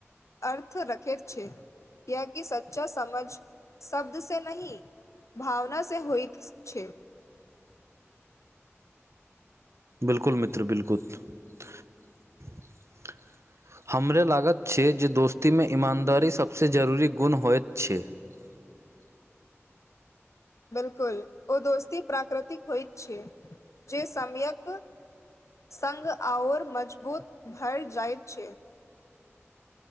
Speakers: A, on the left (about 85°); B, on the right (about 70°).
A: -अर्थ रखैत छै कएकि सच्चा समझ शब्द से नहीं भावना से होइत छै। <unintelligible>
B: बिलकुल मित्र- बिलकुल <unintelligible> हमरे लागत छै जे दोस्तीमे ईमानदारी सबस जरूरी गुण होइत छै। <unintelligible>
A: बिलकुल ओ दोस्ती प्राकृतिक होइतत छै जे सम्यक सग आओर मजबूत भर जाइत छै। <unintelligible>